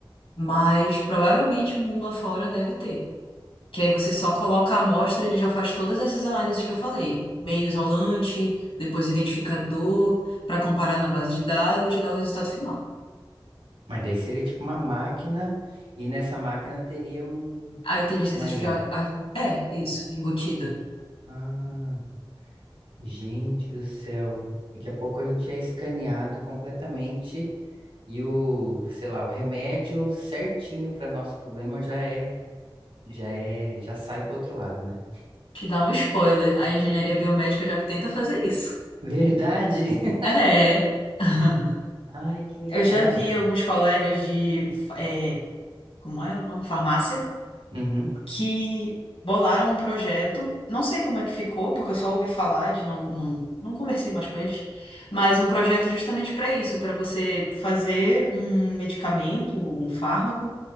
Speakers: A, on the left (about 85°); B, on the right (about 75°).
A: mas provavelmente o mundo afora deve ter. Que aí você só coloca a amostra, ele já faz todas essas análises que eu falei, meio isolante, depois identificador, para comparar na base de dados e te dar o resultado final.
B: Mas daí seria tipo uma máquina, e nessa máquina teria um,
A: A inteligência
B: uma
A: artificial.
B: IA.
A: a- É, isso, embutida.
B: Ah, gente do céu. Daqui a pouco a gente é escaneado completamente e o, sei lá, o remédio certinho para nosso problema já é, já é, já sai pro outro lado, né?
A: Te dá um spoiler. A engenharia biomédica já tenta fazer isso.
B: Verdade! <laughs>
A: É. <laughs>
B: Ai, que legal.
A: Eu já vi alguns colegas de. fa- é, como é o nome? Farmácia.
B: Uhum.
A: que bolaram um projeto. Não sei como é que ficou, porque eu só ouvi falar de não, não, não conversei mais com eles, mas um projeto justamente para isso, para você fazer um medicamento, um fármaco,